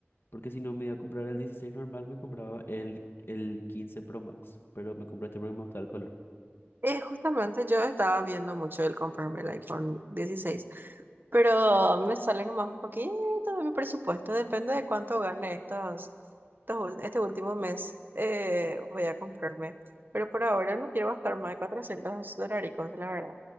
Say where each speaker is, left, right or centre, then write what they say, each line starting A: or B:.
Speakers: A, on the left; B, on the right.
A: Porque si no me iba a comprar el 16 normal, me compraba el, el 15 Pro Max. Pero me compré este porque me gustaba el color.
B: Eh, justamente yo estaba viendo mucho el comprarme el iPhone 16, pero a mí me sale nomás un poquito de mi presupuesto, depende de cuánto gane estos, estos ul- este último mes, eh, voy a comprarme. Pero por ahora no quiero gastar más de 400 dolaricos, la verdad.